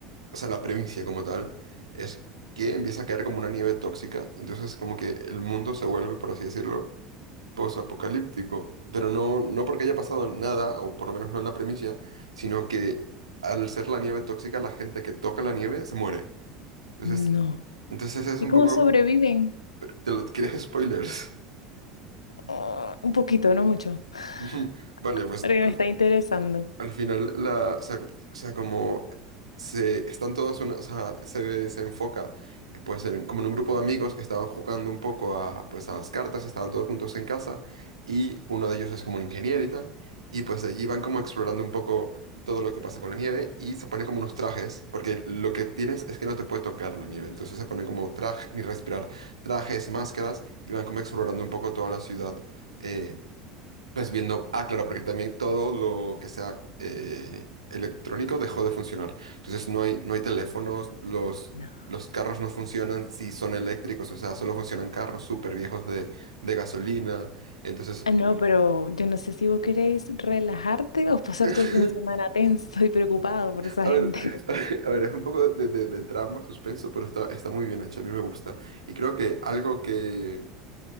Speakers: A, on the right; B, on the left.
A: o sea, la provincia como tal, es que empieza a caer como una nieve tóxica. Entonces, como que el mundo se vuelve, por así decirlo, posapocalíptico. Pero no, no porque haya pasado nada, o por lo menos no en la primicia, sino que al ser la nieve tóxica, la gente que toca la nieve se muere. Entonces,
B: No.
A: entonces es
B: ¿Y
A: un
B: cómo
A: poco,
B: sobreviven?
A: te lo <laughs> quieres spoilers.
B: Ah, un poquito, no mucho. <laughs>
A: Ujú. Vale, pues
B: Porque
A: al,
B: me está interesando.
A: al final la, o sea, o sea, como se están todos, una- o sea, se, se enfoca eh, pues en- como en un grupo de amigos que estaban jugando un poco a, pues, a las cartas, estaban todos juntos en casa y uno de ellos es como un ingeniero y tal, y pues de allí van como explorando un poco todo lo que pasa con la nieve y se ponen como unos trajes, porque lo que tienes es que no te puede tocar la nieve, entonces se ponen como traje, ni respirar, trajes, máscaras y van como explorando un poco toda la ciudad. eh, pues viendo, ah, claro, porque también todo lo que sea eh, electrónico dejó de funcionar. Entonces no hay, no hay teléfonos, los,
B: No.
A: los carros no funcionan si son eléctricos, o sea, solo funcionan carros súper viejos de, de gasolina. Entonces,
B: Ah, no, pero yo no sé si vos queréis relajarte o pasar
A: <laughs>
B: todo el fin de semana tenso y preocupado por esa
A: a
B: gente.
A: ver, <laughs> a ver, es un poco de, de, de drama, suspenso, pero está, está muy bien hecho, a mí me gusta. Y creo que algo que